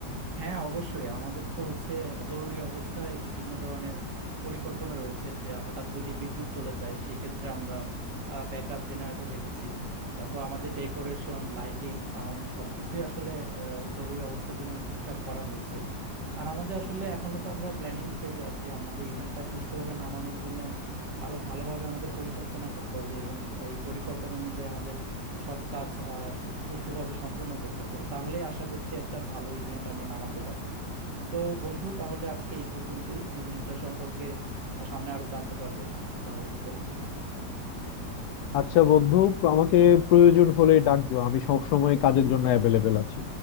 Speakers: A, on the right; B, on the left.
A: হ্যাঁ অবশ্যই আমাদের তো হচ্ছে জরুরি অবস্থায় বিভিন্ন ধরনের পরিকল্পনা রয়েছে যে হঠাৎ যদি বিদ্যুৎ চলে যায় সেক্ষেত্রে আমরা ব্যাকআপ জেনারেটর রেখেছি তারপর আমাদের ডেকোরেশন লাইটিং সাউন্ড সবকিছুই আসলে আহ, জরুরি অবস্থার জন্য ঠিকঠাক করা হচ্ছে আর আমাদের আসলে এখনো তো আমরা প্ল্যানিং ফেজে আছি আমাদের ইভেন্টটা সুষ্ঠুভাবে নামানোর জন্য আরো ভালোভাবে আমাদের পরিকল্পনা করতে হবে এবং এই পরিকল্পনা অনুযায়ী আমাদের সব কাজ আহ, সু- সুষ্ঠুভাবে সম্পন্ন করতে হবে তাহলে আশা করছি একটা ভালো ইভেন্ট আমরা নামাতে পারবো তো বন্ধু তাহলে আজকে এই পর্যন্তই ইভেন্টটা সম্পর্কে আহ, সামনে আরো জানতে পারবে ভালো থেকো
B: আচ্ছা বন্ধু আমাকে প্রয়োজন হলে ডাক দিও আমি সব সময় কাজের জন্য অ্যাভেলেবেল আছি